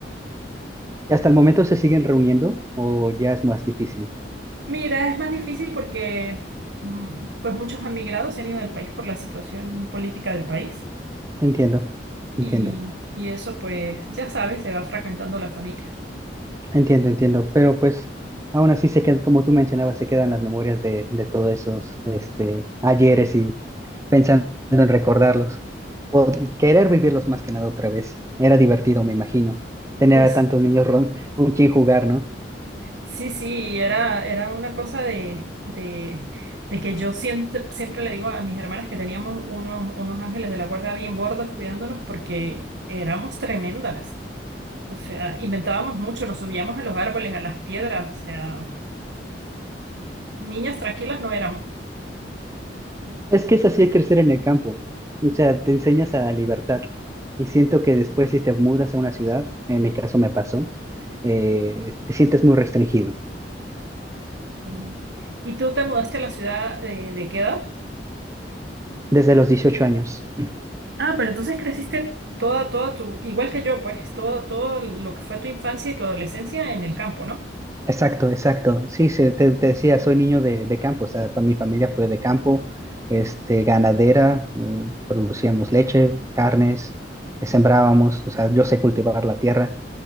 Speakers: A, on the right (about 15°); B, on the right (about 70°).
A: ¿Y hasta el momento se siguen reuniendo o ya es más difícil?
B: Mira, es más difícil porque mm, pues muchos han migrado, se han ido del país por la situación política del país.
A: Entiendo, entiendo.
B: Y, y eso, pues, ya sabes, se va fragmentando la familia.
A: Entiendo, entiendo, pero pues aún así se quedan, como tú mencionabas, se quedan las memorias de, de todos esos este, ayeres y pensando en recordarlos. Pod- querer vivirlos más que nada otra vez. Era divertido, me imagino, tener
B: Sí,
A: a
B: sí.
A: tantos niños ro- con quien jugar, ¿no?
B: Sí, sí, era, era una cosa de, de, de que yo siempre, siempre le digo a mis hermanas que teníamos unos, unos ángeles de la guarda bien gordos cuidándonos porque éramos tremendas. O sea, inventábamos mucho, nos subíamos a los árboles, a las piedras, o sea, niñas tranquilas no éramos.
A: Es que es así crecer en el campo. O sea, te enseñas a la libertad. Y siento que después si te mudas a una ciudad, en mi caso me pasó, eh, te sientes muy restringido
B: realmente. ¿Y tú te mudaste a la ciudad eh, de, qué edad?
A: desde los 18 años.
B: Ah, pero entonces creciste toda, toda tu, igual que yo, pues todo, todo lo que fue tu infancia y tu adolescencia en el campo, ¿no?
A: Exacto, exacto. Sí, se- te, te decía, soy niño de, de campo, o sea, pa- mi familia fue de campo, este, ganadera, eh, producíamos leche, carnes, eh, sembrábamos, o sea, yo sé cultivar la tierra.